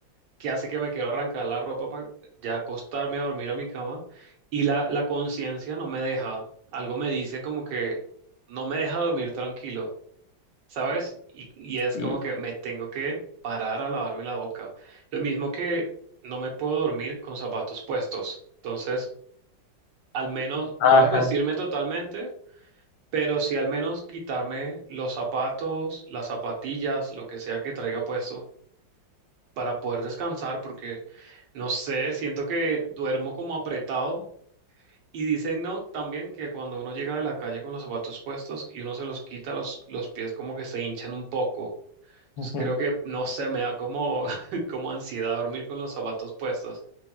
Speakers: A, on the right; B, on the left.
A: que hace que me quiero arrancar la ropa para ya acostarme a dormir a mi cama y la, la conciencia no me deja, algo me dice como que no me deja dormir tranquilo, ¿sabes? Y, y es
B: Sí,
A: como que me tengo que parar a lavarme la boca. Lo mismo que no me puedo dormir con zapatos puestos. Entonces, al menos no
B: ajá.
A: es vestirme totalmente. Pero sí al menos quitarme los zapatos, las zapatillas, lo que sea que traiga puesto para poder descansar, porque no sé, siento que duermo como apretado. Y dicen, no, también que cuando uno llega de la calle con los zapatos puestos y uno se los quita, los, los pies como que se hinchan un poco. Entonces
B: ujú.
A: creo que, no sé, me da como, <laughs> como ansiedad dormir con los zapatos puestos.